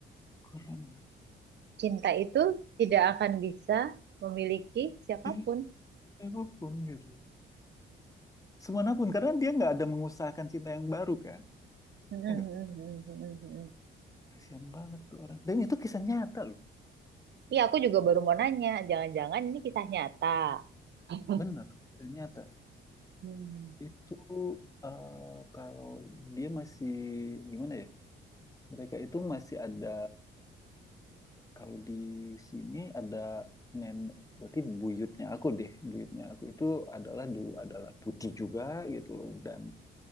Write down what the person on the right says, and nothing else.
Cinta itu tidak akan bisa memiliki siapapun.
Mm-mm.
Iya, aku juga baru mau nanya. Jangan-jangan ini kisah nyata. <laughs>
Hmm.